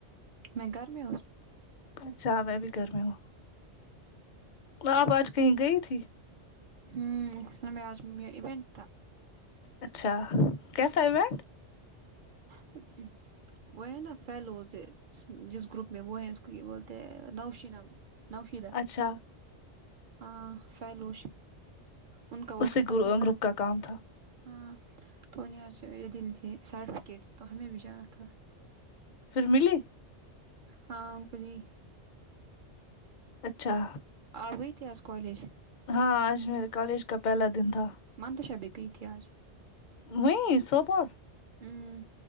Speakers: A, on the right; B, on the left.
A: میں گھر میں ہو
B: اچھا میں بھی گھر میں ہوں آپ آج کہیں گئی تھی
A: ہوں ہمیں آج ایونٹ تھا
B: اچھا کیسا ایونٹ
A: ہ وہ ہے نا فیلوز جس گروپ میں وہ ہے اس کو یہ بولتے ہیں نوشینہ نوشدا
B: اچھا
A: ہ فیلو ان کا وہ
B: اس سے
A: ختم
B: گروپ
A: ہو گیا تھا
B: کا کام
A: ہاں تو یہ دین تھے سرٹیفکیٹس تو ہمیں بھی جانا تہ
B: پھر ملی
A: ہاں ان کو دی
B: اچھا
A: اپ گئی تھی آج کالیج
B: ہاں آج میرے کولیج کا پہلا دن تھا
A: منتشا بھی تھی کیا آج
B: <unintelligible>
A: ہوں